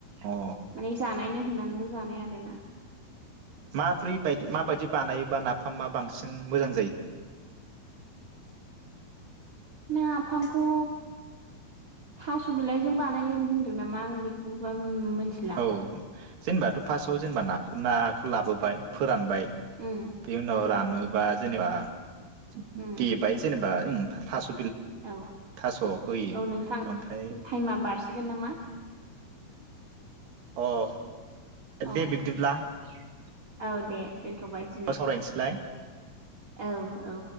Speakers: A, on the right; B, on the right.
A: अ ओ
B: माने जानायनो होननानैल जानाय आरोना
A: माब्रै बदि माबायदि बानायबा नाफामा बांसिन मोजां जायो?
B: नाफामखौ थास' बिलाइजों बानायो होनदों नामा आं बेखौबा मिथिला
A: औ जेनेबाथ फार्स्टआव जेनेबा नाखौ नाखौ लाबोबाय फोरानबाय
B: उम
A: बे उनाव
B: उम
A: रानोबा जेनेबा <unintelligible> <unintelligible>
B: उम औ
A: थास' होयो
B: औ नोंथां
A: ओमफ्राय
B: टाइमा बारसिगोन नामा?
A: अ
B: औ
A: दे बिब्दिब्ला <unintelligible>
B: औ दे दोनथबाय
A: उनाव
B: दिनै।
A: सावरायनोसैलाय
B: औ औ